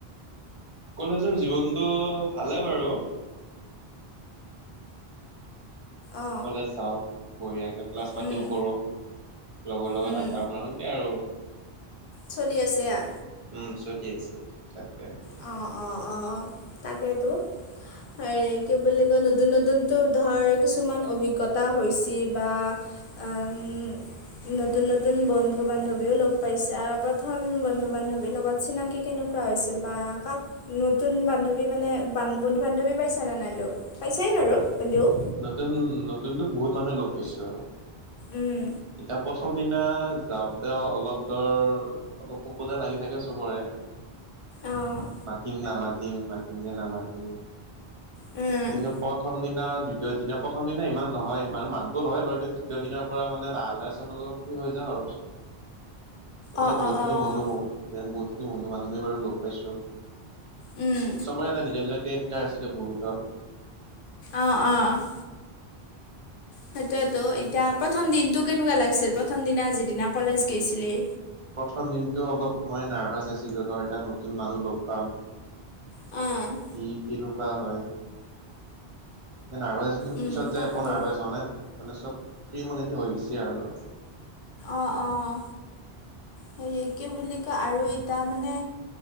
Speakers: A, on the right; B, on the left.
A: কলেজৰ জীৱনটো ভালে বাৰু।
B: অ
A: কলেজ যাওঁ। বঢ়িয়াকে ক্লাছ পাতিও
B: উম
A: কৰোঁ। লগৰ লগত
B: উম
A: আড্ডা মাৰো। সেংকে আৰু।
B: চলি আছে আ।
A: উম। চলি আছে। ঠিক-ঠাককে।
B: অঁ অঁ অঁ তাকেতো। হেৰি কি বুলি কয়, নতুন- নতুনটো ধৰ, কিছুমান অভিজ্ঞতা হৈছি বা এম <unintelligible> নতুন -নতুন বন্ধু বান্ধৱীও লগ পাইছা। প্ৰথম বন্ধু বান্ধৱীৰ লগত চিনাকি কেনেকুৱা হৈছিল? বা কাক নতুন বান্ধৱী মানে, বন্ধু -বান্ধৱী পাইছেনে নাই লগ? পাইছায়ে বাৰু। হ'লিও
A: নতুন -নতুনতো বহুত মানুহ লগ পাইছো।
B: উম
A: ইতা প্ৰথ -ম দিনা যাওঁতে অলপ ধৰ অলপ খোঁকোজা লাগি থাকে চবৰে।
B: অঁ
A: মাতিম নামাতিম। মাতিম নে নামাতিম
B: উম
A: কিন্তু প্ৰথমদিনা। দ্বিতীয় দিনা, প্ৰথম দিনা ইমান নহয়। মানে মাত বোল হয় বাৰু। দ্বিতীয় দিনৰ পৰা মানে লাহে- লাহে চবৰ লগত ফ্ৰী হৈ যাওঁ আৰু। এনে
B: অঁ
A: বহুতখিনি
B: অঁ অঁ
A: বন্ধু বহুত। বহুতখিনি বন্ধু -বান্ধৱীয়ে বাৰু লগ পাইছো।
B: উম
A: চবৰে এটা নিজৰ- নিজৰ কেৰেক্টাৰ আছে দে বহুতৰ।
B: অহ। অহ। হেইটোৱেতো। এতিয়া প্ৰথম দিনটো কেনেকুৱা লাগছিল? প্ৰথমদিনা যিদিনা কলেজ গেইছিলি?
A: প্ৰথমদিনটো অলপ মই নাৰ্ভাচ আছিলো, ধৰ এতা নতুন মানুহ লগ পাম।
B: অ',
A: কি কেনেকুৱা হয়। নাৰ্ভাচ আছ কিন্তু
B: উম,
A: পিছত যাই
B: তাকেতো।
A: একো নাৰ্ভাছ হৱা নাই। মানে চব ফ্ৰী মনেদি হৈ গৈছে আৰু।
B: অহ। অহ। হেইয়ে, কি বুলি কয় আৰু ইতা মানে